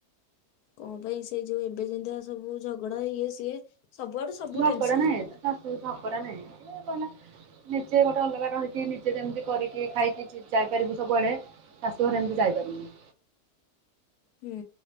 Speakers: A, on the left; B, on the right.
A: କଣ ପାଇଁ ସେ ଯୋଉ ଏବେ ଯେନ୍ତିଆ ସବୁ ଝଗଡ଼ା ଇଏ ସିଏ ସବୁଆଡୁ ସବୁ
B: ଝଗଡ଼ା
A: ଟେନସନ।
B: ନାହିଁ ଏକା ଶାଶୁ ଝଗଡ଼ା ନାହିଁ କ ନିଜେ ଗୋଟେ ଅଲଗା ରହିକି ନିଜେ ଯେମିତି କରିକି ଖାଇକି ଯାଇପାରିବୁ ସବୁଆଡ଼େ ଶାଶୁ ଘରେ ଏମିତି ଯାଇ ପାରିବୁନି।
A: ହୁଁ